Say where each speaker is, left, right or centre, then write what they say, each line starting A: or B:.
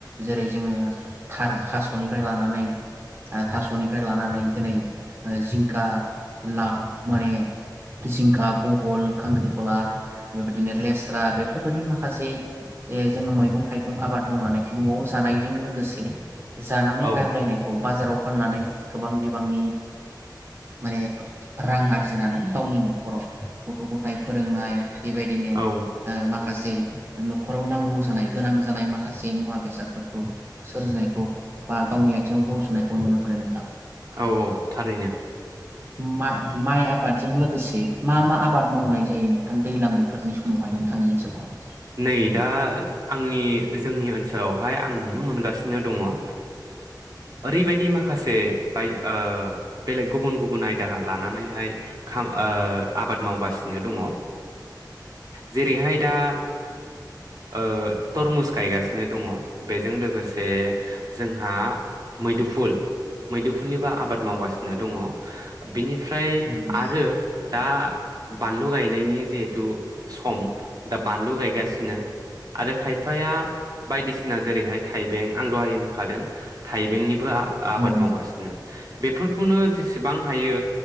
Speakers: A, on the right (about 30°); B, on the right (about 55°).
A: जेरै जोङो थार थास'निफ्राय लानानै ओ थास'निफ्राय लानानै दिनै जिंखा ला माने जिंखा बहल खांख्रिखला बेबायदिनो लेस्रा बेफोरबायदि मा खासे ए जोङो मैगं थाइगं आबाद मावनानै न'आव जानायजों लोगोसे जानानै
B: औ
A: आग्लायनायखौ बाजाराव फाननानै गोबां बिबांनि माने रां आरजिनानै गावनि न'खराव गथ' गथाय फोरोंनाय बेबायदिनो
B: औ
A: ओ माखासे न'खराव नांगौ जानाय गोनां जानाय माखासे मुवा बेसादफोरखौ सोरजिनायखौ बा गावनि आथिङाव गसंनायखौ नुनो मोनो नोंथां
B: औ औ थारैनो
A: मा माइ आबादजों लोगोसे मा मा आबाद मावनाय जायो नों थां दैलां बोथोरनि समावहाय नोंथांनि ओनसोलाव
B: नै दा आंनि जोंनि ओनसोलावहाय आं नुनो मोनगासिनो दङ ओ ओरैबायदि माखासे बाय ओ बेलेग गुबुन गुबुन आयदा लानानैहाय खा ओ आबाद मावगासिनो दङ जेरैहाय दा ओ तरमुस गायगासिनो दङ बेजों लोगोसे जोंहा मैदुफुल मैदुफुलनिबो आबाद मावगासिनो दङ बिनिफ्राय
A: औ नोंथां
B: आरो दा बानलु गायनायनि जिहेथु सम दा बानलु गाय गासिनो आरो खाय फाया बायदिसि ना जैरैहाय थाइबें आं दहाय होनखादों थाइबेंनि बो आबाद
A: औ
B: मावगासिनो बेफोरखौनो जेसेबां हायो